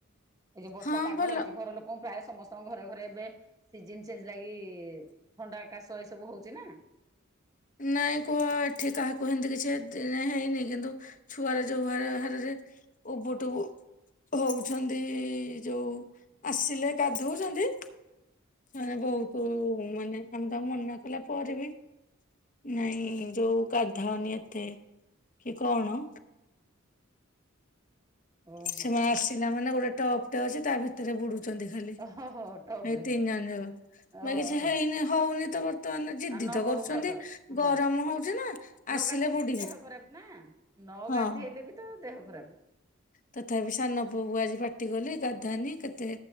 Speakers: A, on the right (about 15°); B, on the left (about 40°).
A: ଏ ଯୋଉ ବର୍ଷା
B: ହଁ
A: ପାଗ
B: ଭଲ
A: ହେଇଚି ଘର ଲୋକ ମୁଁ ପ୍ରାୟ ସମସ୍ତଙ୍କ ଘରେ ଘରେ ଏବେ ସିଜିନ ଚେଞ୍ଜ ଲାଗି ଥଣ୍ଡା କାଶ ଏ ସବୁ ହଉଚି ନା।
B: ନାଇଁ କୁହ ଏଠି କାହାକୁ ହେନ୍ତି କିଛି ଏଠି ଯାଏଁ ହେଇନି କିନ୍ତୁ ଛୁଆରା ଯୋଉ ହାର ହାରରେ ଉବୁ ଟୁବୁ ହଉଛନ୍ତି ଯୋଉ ଆସିଲେ ଗାଧଉଚନ୍ତି ମାନେ ବହୁତ ମାନେ ଆମେ ତାଙ୍କୁ ମନା କଲା ପରେ ବି ନାଇଁ ଯୋଉ ଗାଧାଅନି ଏତେ କି କଣ
A: ଓହୋ
B: ସେମାନେ ଆସିଲା ମାନେ ଗୋଟେ ଟପ୍ ଟେ ଅଛି ତା ଭିତରେ ବୁଡୁଛନ୍ତି। ଖାଲି
A: ଓହୋ ଟପରେ
B: ଏଇ ତିନି ଜଣ ଯାକ ବା
A: ଓହୋ
B: କିଛି ହେଇନି ହଉନି ତ ବ ତ ଏନେ ଜିଦ୍ଦିତ
A: ଆ ନ ହଉ
B: କରୁଛନ୍ତି।
A: ଭଲ ହଁ।
B: ଗରମ ହଉଛି ନା
A: ନ
B: ଆସିଲେ
A: ଗାଧେଇଲେ
B: ବୁଡିବୁ।
A: ବି ଦେହ ଖରାପ ନା ନ
B: ହଁ
A: ଗାଧେଇଲେ ବି ତ ଦେହ ଖରାପ।
B: ତଥାପି ସାନ ପୁଅକୁ ଆଜି ପାଟି କଲି ଗାଧାନି କେତେ